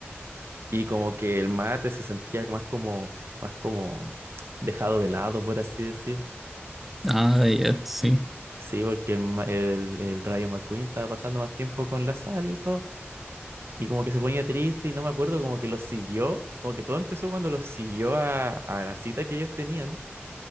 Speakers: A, on the right; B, in the centre.
A: Y como que el mate se sentía más como, más como dejado de lado, por así decir.
B: Ah, ya, sí.
A: Sí, porque el, ma- el, el Rayo McQueen estaba pasando más tiempo con la sal y todo. Y como que se ponía triste y no me acuerdo, como que lo siguió. Como que todo empezó cuando lo siguió a, a la cita que ellos tenían,